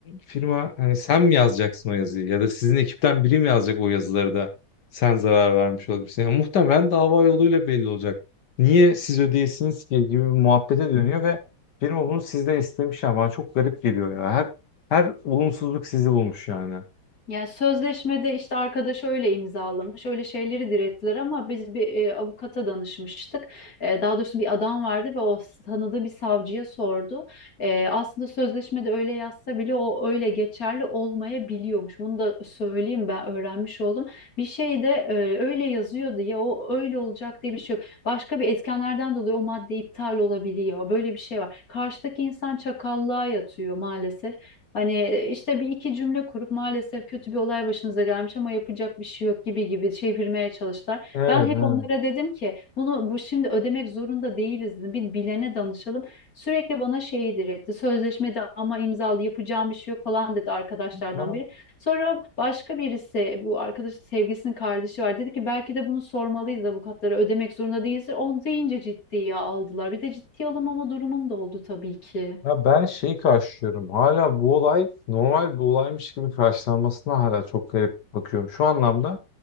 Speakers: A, on the left; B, on the left.
A: firma hani sen mi yazacaksın o yazıyı ya da sizin ekipten biri mi yazacak o yazıları da sen zarar vermiş olabilirsin. Yani muhtemelen dava yoluyla belli olacak. Niye siz ödeyesiniz ki gibi bir muhabbete dönüyor ve firma bunu sizden istemiş ya bana çok garip geliyor ya. Her her olumsuzluk sizi bulmuş yani.
B: Ya sözleşmede işte arkadaş öyle imzalamış, öyle şeyleri direttiler ama biz bir e, avukata danışmıştık. E, daha doğrusu bir adam vardı ve o tanıdığı bir savcıya sordu. E, aslında sözleşmede öyle yazsa bile o öyle geçerli olmayabiliyormuş. Bunu da söyleyeyim ben öğrenmiş oldum. Bir şey de e, öyle yazıyordu ya o öyle olacak diye bir şey yok. Başka bir etkenlerden dolayı o madde iptal olabiliyor. Böyle bir şey var. Karşıdaki insan çakallığa yatıyor maalesef. Hani işte bir iki cümle kurup maalesef kötü bir olay başınıza gelmiş ama yapacak bir şey yok gibi gibi çevirmeye çalıştılar.
A: Evet,
B: Ben hep
A: evet.
B: onlara dedim ki bunu bu şimdi ödemek zorunda değiliz dedim. Bir bilene danışalım. Sürekli bana şeyi diretti. Sözleşmede ama imzalı yapacağım bir şey yok falan dedi arkadaşlardan
A: Ya,
B: biri. Sonra başka birisi bu arkadaş sevgilisinin kardeşi var. Dedi ki belki de bunu sormalıyız avukatlara ödemek zorunda değilsin. Onu deyince ciddiye aldılar. Bir de ciddiye alınmama durumum da oldu tabii ki.
A: ya ben şeyi karşılıyorum. Hala bu olay normal bir olaymış gibi karşılanmasına hala çok garip bakıyorum. Şu anlamda